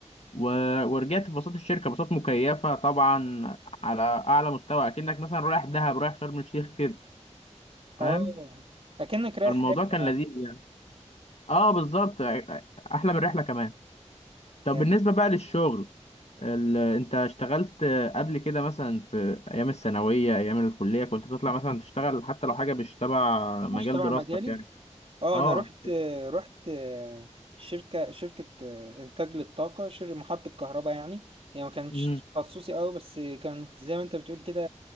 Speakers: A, on the left; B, on the right.
A: و... ورجعت في باصات الشركة باصات مكيفة طبعا على اعلى مستوى اكنك مثلا رايح دهب رايح شرم الشيخ كده
B: أه
A: فاهم
B: أكنك رايح
A: الموضوع
B: رحلة
A: كان
B: يعني
A: لذيذ يعني اه بالظبط احلى من الرحلة كمان طب
B: هي
A: بالنسبة بقى للشغل ال... انت اشتغلت قبل كده مثلا في ايام الثانويه ايام الكليه كنت بتطلع مثلا تشتغل حتى لو حاجه مش تبع
B: مش
A: مجال
B: تبع
A: دراستك
B: مجالي
A: يعني
B: اه
A: اه
B: انا رحت رحت شركه شركه انتاج للطاقه شركه محطه كهرباء يعني هي ما كانتش
A: مم.
B: تخصصي قوي بس كانت زي ما انت بتقول كده